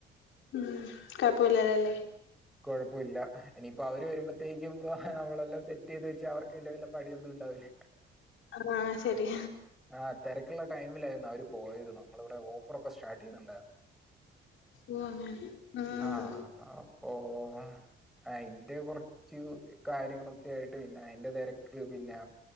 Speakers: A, on the left; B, in the centre.
A: ഉം കഴപ്പം ഇല്ലലെ അല്ലേ
B: കാെഴപ്പാെ ഇല്ല ഇനിയിപ്പോ അവര് വര്മ്പത്തേക്കും നമ്മളെല്ലാം സെ റ്റെയ്ത് വെച്ച അവർക്ക് വല്യ വല പണിയൊന്നുംണ്ടാവ്‌ല
A: ആഹ് ആഹ് ശെരി
B: ആഹ് തെരെക്ക്ള്ളെ ടയ്മിലായ്ര്ന്നു അവര് പോയത് നമ്മള് ഇവ്ടെ ഓഫറൊക്കെ സ്റ്റാർട്ട് ചെയ്ന്ന്ണ്ടായ്ര്
A: ഓഹ് അങ്ങനെ ഉം
B: ആഹ് ഹ പ്പോ അഹ് അയ്ന്റെ കൊർച്ച് കാര്യങ്ങളൊ ക്കേയ്ട്ട് പിന്നെ അയ്ന്റെ തെരെക്ക് പിന്നാ